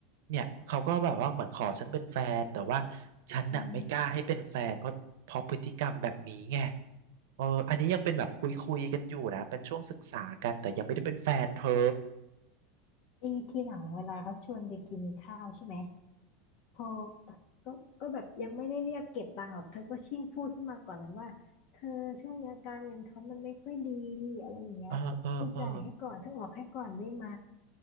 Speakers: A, on the right; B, on the left.
A: เนี่ยเขาก็แบบว่าเหมือนขอฉันเป็นแฟนแต่ว่าฉันน่ะไม่กล้าให้เป็นแฟนเพราะเพราะพฤติกรรมแบบนี้ไง
B: อืม
A: เอออันนี้ยังเป็นแบบคุยคุยกันอยู่นะเป็นช่วงศึกษากันแต่ยังไม่ได้เป็นแฟนเธอ
B: ไอ้ที่หลังเวลาเขาชวนไปกินข้าวใช่ไหมพอก็ก็แบบยังไม่ได้เรียกเก็บตังค์หรอกเธอก็ชิ่งพูดขึ้นมาก่อนเลยว่า เธอช่วงนี้อาการเงินเขามันไม่ค่อยดีอะไรอย่างเงี้ยเธอจ่ายให้ก่อนเธอออกให้ก่อนได้ไหม
A: เออเออเออ